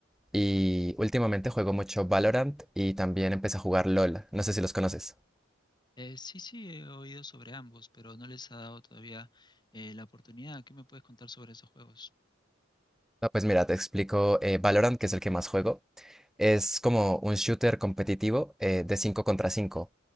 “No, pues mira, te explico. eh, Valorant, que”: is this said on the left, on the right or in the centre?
Centre